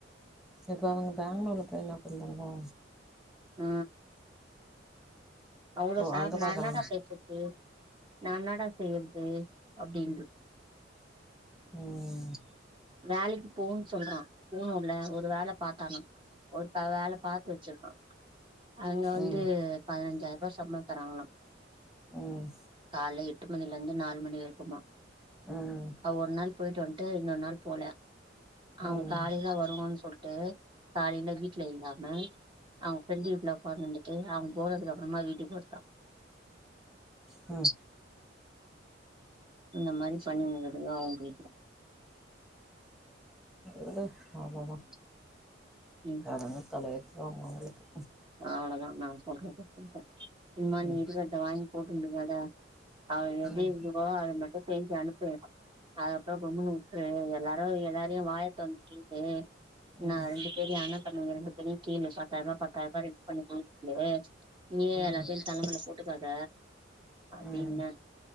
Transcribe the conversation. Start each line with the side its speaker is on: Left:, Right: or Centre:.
Centre: இப்போ அவங்க பேங்ளூர்ல போய் இன்னா பண்றாங்லா
Right: ஆ அவ்ளோ
Centre: ஓ
Right: சார்
Centre: அங்கதா
Right: நா
Centre: இருக்காங்க
Right: என்னடா செய்றது நா என்னடா செய்யறது அப்டின்னு
Centre: ம்
Right: வேலைக்கு போன்னு சொல்றா போணுல ஒரு வேல பாத்தானு ஒருதா வேல பாத்து வெச்சிருக்கா அங்க வந்து
Centre: ம்
Right: பதினஞ்சாயிரம் ரூபா சம்பளம் தராங்களா
Centre: ம்
Right: காலையில எட்டு மணில இருந்து நாலு மணி வரைக்குமா
Centre: ம்
Right: அவ ஒரு நாள் போய்ட்டு வந்ட்டு இன்னொரு நாள் போல அவ
Centre: ம்
Right: காலையில வருவன்னு சொல்லிட்டு காலையில வீட்டுல இல்லாம அவங்க ஃப்ரெண்ட் வீட்ல உக்காந்திந்துட்டு அவ போறதுக்கு அப்புறமா வீட்டுக்கு வத்தா
Centre: ம்
Right: இந்த மாதிரி பண்ணின்னு இருக்குதுங்கோ அவங்க வீட்ல
Centre: விடு அவ்ளதா
Right: ம்
Centre: என்ன தலையெழ்த்துதா மாறியிருக்கு
Right: அவ்ளதா நா சொல்றத சொல்லிட்டே இம்மா நீ
Centre: ம்
Right: இருவட்ட வாங்கி போட்டுருந்தங்கட அவ எப்டி
Centre: ம்
Right: இதுவோ அது மட்டு செஞ்சு அனுப்பு அது அப்புறம் கம்முனு வுட்டுரு எல்லாரு எல்லாரையு வாயத்த தொறந்து கேளு
Centre: ம்
Right: நா ரெண்டு பேரயு அண்ணதம்பிங்க ரெண்டு பேரையு கேளு பாத்தாயிர ரூவா ப <unintelligible> நீயே
Centre: ம்
Right: எல்லாத்தையு தல மேல போட்டுக்காத அப்டின்ன
Centre: ம்